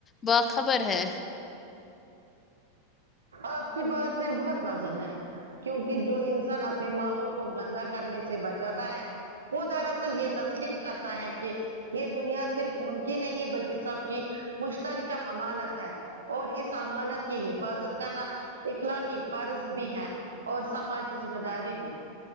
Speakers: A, on the left (about 20°); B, on the right (about 70°).
A: باق خبر ہے
B: آپ کی بات میں بہت وزن ہے کیونکہ جو انسان اپنے ماحول کو گندا کرنے سے بچاتا ہے وہ دراصل یہ تسلیم کرتا ہے کہ یہ دنیا صرف ان کی نہیں بلکہ سب کی مشترکہ امانت ہے اور اس امانت کی حفاظت کرنا اخلاقی فرض بھی ہے اور سماجی ذمہ داری بھی